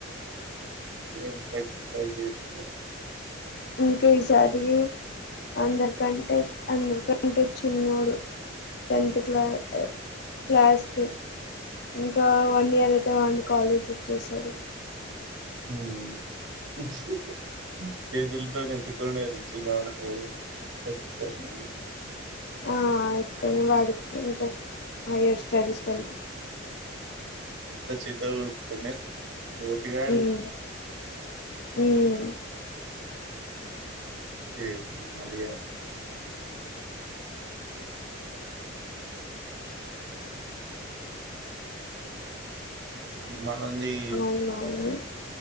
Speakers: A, on the right; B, on the left.
A: ఇక్ ఫేశ
B: ఇంకా ఈసారి అందరికంటే అందరికంటే చిన్నోడు టెన్త్ క్లా క్లాస్కి ఇంకా వన్ ఇయర్ అయితే వాని కాలేజ్ వచ్చేస్తాది
A: <inaudible>
B: ఆ ఎత్తుకొని వాడి ఇంకా హైయర్ స్టడీస్కి వెళ్ళపోతుాం
A: ట్న్నా <inaudible> పోటుగాడు
B: ఉమ్ ఉమ్
A: <unintelligible> <inaudible> మనదీ
B: అవునవును